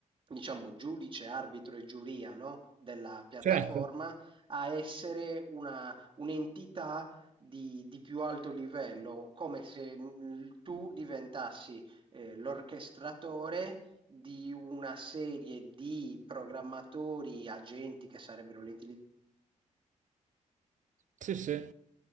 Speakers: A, on the right; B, on the right.
A: diciamo, giudice, arbitro e giuria, no? della piattaforma
B: Certo,
A: a essere una un'entità di, di più alto livello, come se mm, tu diventassi eh, l'orchestratore di una serie di programmatori, agenti che sarebbero l'intelligenza
B: sì, sì,